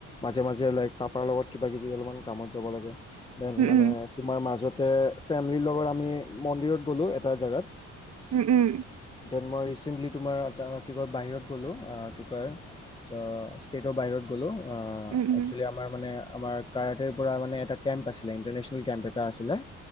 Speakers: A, on the left; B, on the right.
A: মাজে মাজে লাইক পাপাৰ লগত কিবা কিবি অলপমান কামত যাব লাগে। দেন
B: উম
A: মানে
B: উম
A: তোমাৰ মাজতে ফেমিলিৰ লগত আমি মন্দিৰত গ'লো এটা জেগাত।
B: উম, উম।
A: দেন মই ৰিচেণ্টলি তোমাৰ এটা কি কয় বাহিৰত গ'লোঁ কি কয় ছ'। ইষ্টেতৰ বাহিৰত গ'লো আ একচোৱেলি
B: উম উম
A: আমাৰ মানে আমাৰ কাৰাটৰ পৰা মানে এটা কেম্প আছিলে ইণ্টাৰনেচনেল কেম্প এটা আছিলে।